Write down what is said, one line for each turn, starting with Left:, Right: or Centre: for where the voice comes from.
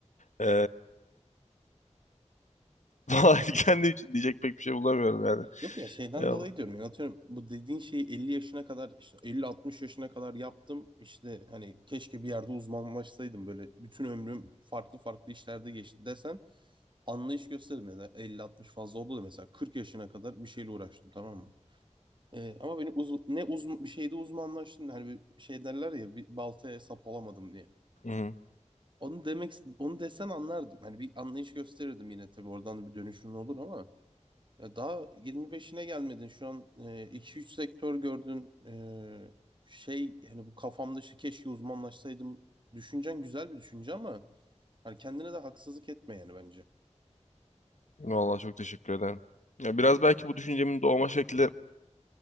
Left: Ee, <laughs> vallahi kendim için diyecek pek bir şey bulamıyorum yani.
Right: Yok ya şeyden
Left: Eyvallah.
Right: dolayı diyorum yani atıyorum bu dediğin şeyi elli yaşına kadar işte elli altmış yaşına kadar yaptım işte hani keşke bir yerde uzmanlaşsaydım böyle bütün ömrüm farklı farklı işlerde geçti desen anlayış gösteririm yani elli altmış fazla oldu da mesela 40 yaşına kadar bir şeyle uğraştım tamam mı? Ee, ama beni uz ne uzman bir şeyde uzmanlaştım hani bir şey derler ya bir baltaya sap olamadım diye.
Left: Hı hı.
Right: Onu demek onu desen anlardım. Hani bir anlayış gösterirdim yine tabii oradan da bir dönüşüm olur ama ya daha 25'ine gelmedin. Şu an e, iki üç sektör gördün. E, şey yani bu kafam dışı keşke uzmanlaşsaydım. Düşüncen güzel bir düşünce ama yani kendine de haksızlık etme yani bence.
Left: Vallahi çok teşekkür ederim. Ya biraz belki bu düşüncemin doğma şekli